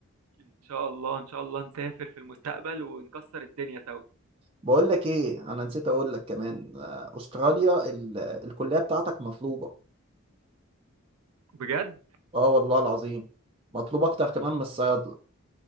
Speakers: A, on the right (about 85°); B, on the right (about 25°).
A: ان شاء الله ان شاء الله نسافر في المستقبل ونكسر الدنيا سوا
B: بقول لك ايه انا نسيت اقول لك كمان آه، استراليا ال- الكليه بتاعتك مطلوبه
A: بجد
B: اه والله العظيم مطلوب اكتر كمان من الصيادله